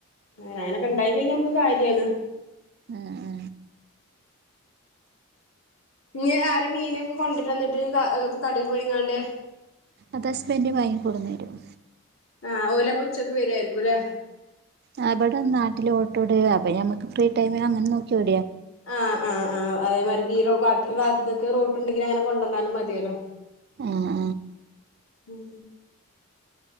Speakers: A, on the left; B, on the right.
A: ആ അങ്ങനെക്കെണ്ടായി കഴിഞ്ഞ നമ്മക്ക് കാര്യാണ്
B: മൂ മൂ
A: ഇഞ്ഞ് ആരാ മീനൊക്കെ കൊണ്ട്രാന്നിട്ട് കാ കടേല് പോയികാണ്ട്
B: അത് ഹസ്ബൻഡ് വാങ്ങി കൊടുന്നു തരും
A: ആ ഓലപ്പോ ഉച്ചക്ക് വരുവായിരിക്കും ലേ
B: ആ അവിടെ നാട്ടിൽ ഓട്ടോ ഡ്രൈവറാ അപ്പോ നമ്മക്ക് ഫ്രീ ടൈമിൽ അങ്ങനെ നോക്കി വ
A: ആ ആ ആ അയെ മാരി ഈറോ വത് വാർതക്ക റൂട്ട് ഇണ്ടെങ്കി അങ്ങനെ കൊണ്ടെന്നാലും മതിയല്ലോ
B: ആഹ്
A: ഉം